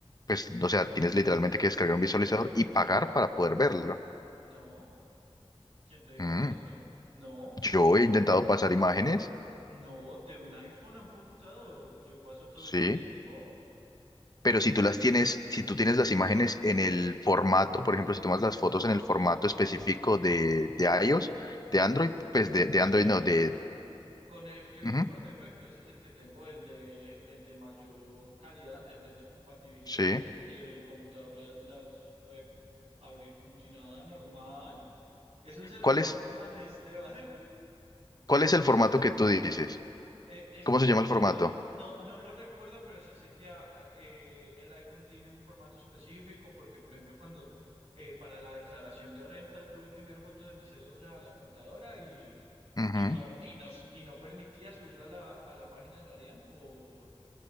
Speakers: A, on the left (about 40°); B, on the right (about 85°).
A: pues, o sea, tienes literalmente que descargar un visualizador y pagar
B: no,
A: para poder verlo.
B: no. ¿Quién te dijo
A: Mm,
B: a ti eso? No,
A: Yo he intentado pasar imágenes,
B: no, de un iPhone a un computador. Yo paso todo
A: sí,
B: el tiempo.
A: pero si tú las tienes, si tú tienes las imágenes en el formato, por ejemplo, si tomas las fotos en el formato específico de, de iOS, de Android,
B: No,
A: pues de, de
B: pues
A: Android
B: yo,
A: no, de...
B: con el que viene
A: ujú,
B: por defecto, ese es el que tengo, el de, el de mayor calidad en vez de compatibilidad.
A: sí.
B: Y el computador la- las puede abrir como si nada normal. Es un celular
A: ¿Cuál es?
B: normal, Esteban.
A: ¿Cuál es el formato que tú dices?
B: Eh, es
A: ¿Cómo
B: un
A: se llama
B: formato,
A: el formato?
B: no, no lo recuerdo, pero sí sé que a- a- eh, el iPhone tiene un formato específico porque, por ejemplo, cuando eh, para la declaración de renta tuve que enviar foto de mi cédula a la contadora y,
A: Ujú,
B: y no, y nos, y no permitía subirla a la, a la página de la DIAN por,